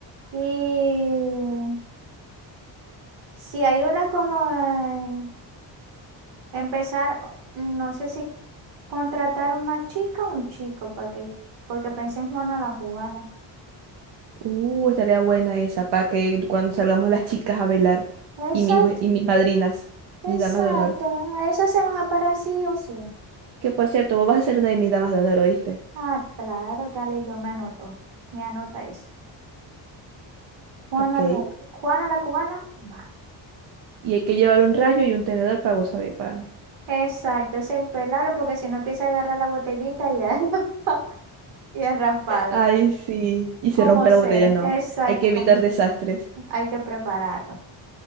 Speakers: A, on the right; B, on the right.
A: Y si hay unas como eh, empezar, o- no sé si contratar una chica o un chico, para que, porque pensé en Juana la cubana.
B: Uh, estaría buena esa, para que cuando salgamos las chicas a bailar
A: Exacto,
B: y mis, bue- y mis madrinas,
A: exacto.
B: mis damas de honor.
A: A eso se van a parar sí o sí.
B: Que por cierto, vos vas a ser una de mis damas de honor, ¿oíste?
A: Ah, claro, dale, yo me anoto. Me anota eso. Juana
B: Ok.
A: la, Juana la cubana, va.
B: Y hay que llevar un rayo y un tenedor para vos, ¿sabéis? Pa.
A: Exacto, es impelable porque si no empieza a agarrar la botellita y a, <laughs> y a rasparla.
B: Ay, sí. Y se
A: Como
B: rompe
A: sé,
B: la botella, no.
A: exacto,
B: Hay que evitar
A: como sé.
B: desastres.
A: Hay que prepararlo.